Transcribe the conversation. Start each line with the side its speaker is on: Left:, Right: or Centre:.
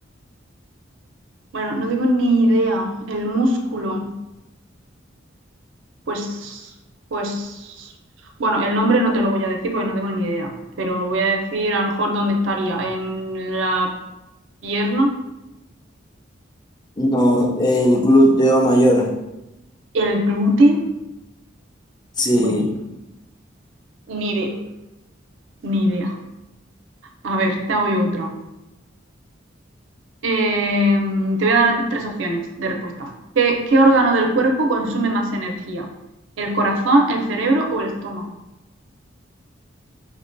Right: Bueno, no tengo ni idea. El músculo, pues, pues, bueno, el nombre no te lo voy a decir porque no tengo ni idea, pero voy a decir a lo mejor dónde estaría, en la pierna,
Left: No, el glúteo mayor.
Right: el glúteo.
Left: Sí,
Right: Bueno, ni idea, ni idea. A ver, te hago yo otra. Eh, te voy a dar tres opciones de respuesta. ¿Qué, qué órgano del cuerpo consume más energía? ¿El corazón, el cerebro o el estómago?